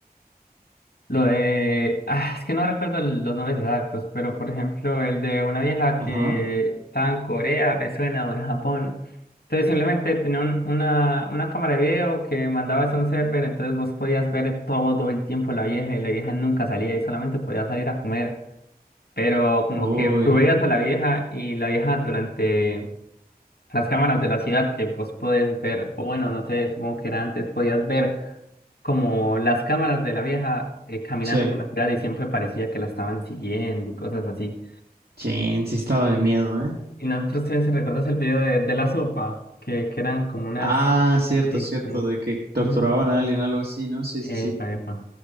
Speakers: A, on the left; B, on the right.
A: lo de... Ah, es que no recuerdo los nombres exactos, pero por ejemplo el de una vieja
B: Ajá.
A: que estaba en Corea, me suena, o en Japón. Entonces simplemente tenía un- una, una cámara de video que mandabas a un server, entonces vos podías ver todo el tiempo la vieja y la vieja nunca salía y solamente podía salir a comer. Pero como
B: Uy,
A: que tú veías a la vieja y la vieja durante las cámaras de la ciudad que vos podés ver, o bueno, no sé, supongo que era antes, podías ver como las cámaras de la vieja eh, caminando
B: sí.
A: por la ciudad y siempre parecía que la estaban siguiendo y cosas así.
B: Chin, sí estaba de
A: Y,
B: miedo, ¿eh?
A: y nosotros, si recuerdas el video de, de la sopa, que, que eran como unas...
B: Ah, cierto,
A: Sí,
B: cierto,
A: sí.
B: de que torturaban
A: Ujú.
B: a alguien, algo así, ¿no? Sí, sí, sí.
A: Epa, epa.